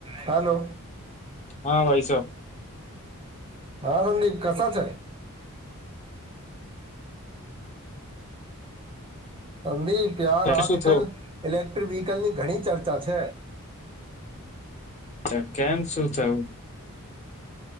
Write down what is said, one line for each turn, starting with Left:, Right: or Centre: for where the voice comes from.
Right: હાલો,
Left: હા ભાઈ સાબ,
Right: હા સંદીપ કસા છે. સંદીપ યાર આજ
Left: શું
Right: કલ
Left: થયું
Right: ઇલેક્ટ્રિક વ્હીકલ ની ઘણી ચર્ચા છે.
Left: પણ કેમ શું થયું.